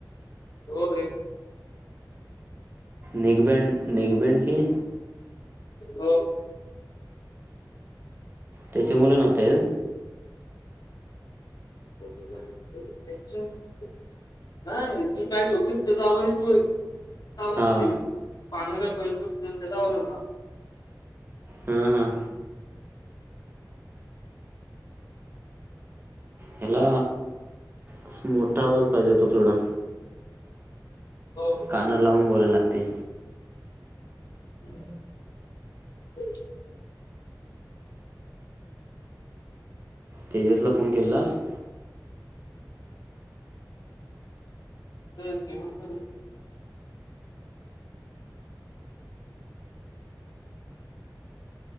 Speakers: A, on the left; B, on the right.
A: हो रे.
B: नेक बँड, नेक बॅण्डची
A: हो.
B: त्याचे मुलं नव्हते
A: <unintelligible> नाही रे ती काय? <inaudible> <unintelligible> तिकडन आवाज येतोय. पाळण्या
B: हा
A: काय पडत नसतील, त्याचा आवाज येत होता. <inaudible>
B: हां हां ह्याला असं मोठा आवाज पाहिजे होता थोडा.
A: हो.
B: कानाला लावून बोलायला लागतय.
A: <unintelligible>
B: तेजसला फोन केलेलास?
A: तर जेवण कधीय